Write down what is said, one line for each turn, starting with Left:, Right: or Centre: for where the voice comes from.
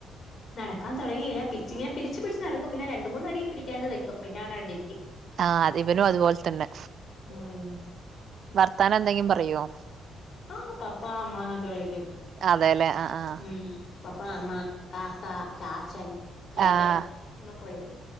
Left: നടക്കാൻ തൊടങ്ങീല. പിച്ച് ങ്ങനെ പിടിച്ച് പിടിച്ച് നടക്കും. പിന്നെ രണ്ട്, മൂന് അടി പിടിക്കാണ്ട് നിക്കും. പിന്നെ അവനവിടെ ഇരിക്കും
Right: ആഹ് അത് ഇവനും അത് പോലെ തന്നെ.
Left: ഉം
Right: വർത്താനം എന്തെങ്കിലും. റയോ
Left: ആഹ് പപ്പാ അമ്മ ന്നൊക്കെ വിളിക്കും
Right: അതെല്ലെ ആഹ് ആഹ്
Left: മ് പപ്പാ, അമ്മ കാക്കാ, ചാച്ചൻ ചേട്ടൻ
Right: ആഹ്
Left: എന്നൊക്കെ വിളിക്കും